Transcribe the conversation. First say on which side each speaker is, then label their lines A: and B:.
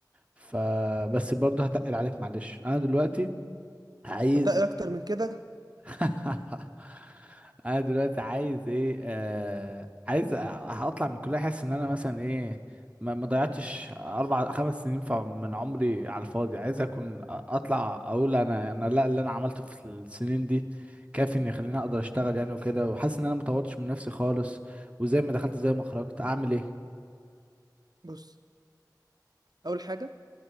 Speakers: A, on the right; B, on the right.
A: فبس برضو هتقل عليك معلش انا دلوقتي عايز
B: هتقل اكتر من كده
A: <laughs> انا دلوقتي عايز ايه آه عايز أ- اطلع من الكليه احس ان انا مثلا ايه ما ما ضيعتش اربع خمس سنين ف- من عمري على الفاضي عايز اكون أ- اطلع اقول انا انا لا اللي انا عملته في السنين دي كافي ان يخليني اقدر اشتغل يعني وكده وحاسس ان انا ما طورتش من نفسي خالص وزي ما دخلت زي ما خرجت اعمل ايه
B: بص اول حاجة